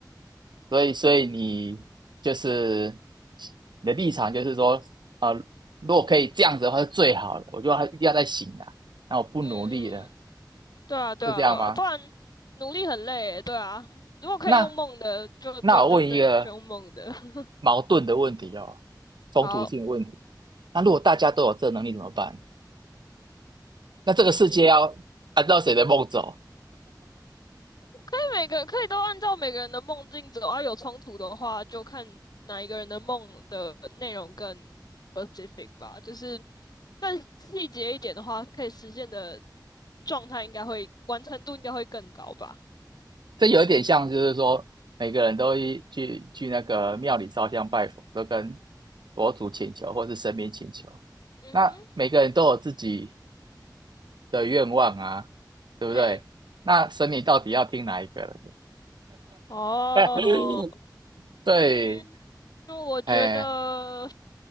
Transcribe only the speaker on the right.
所以所以你就是你的立场就是说，啊、如果可以这样子的话是最好的，我就还一定要再醒来，那我不努力了，
是这样吗？
那
那我问一个
矛盾的问题哦，冲突性的问题，
那如果大家都有这能力怎么办？那这个世界要按照谁的梦走？
这有点像，就是说每个人都一去去那个庙里烧香拜佛，都跟佛祖请求或是神明请求。
那每个人都有自己的愿望啊，对不对？
那神明到底要听哪一个人的？
<laughs> 对，
哎，